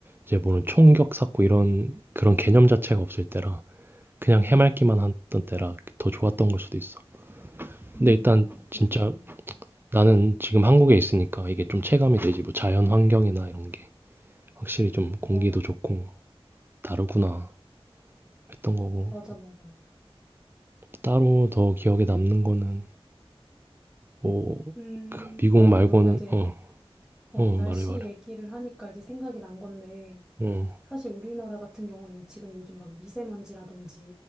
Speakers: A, on the right; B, in the centre.
A: 이제 뭐는 총격 샀고 이런, 그런 개념 자체가 없을 때라, 그냥 해맑기만 했던 때라 더 좋았던 걸 수도 있어.
B: 음,
A: 근데 일단,
B: 그렇구나.
A: 진짜, 나는 지금 한국에 있으니까 이게 좀 체감이 되지. 뭐 자연 환경이나 이런 게. 확실히 좀 공기도
B: 맞아.
A: 좋고 다르구나 했던 거고
B: 맞아, 맞아.
A: 따로 더 기억에 남는 거는 뭐그
B: 음,
A: 미국
B: 나는
A: 말고는
B: 너가 이제
A: 어
B: 어,
A: 어
B: 날씨
A: 말해 말해
B: 얘기를 하니까 이제 생각이 난 건데
A: 어어응
B: 사실 우리나라 같은 경우에는 지금 요즘 막 미세먼지라든지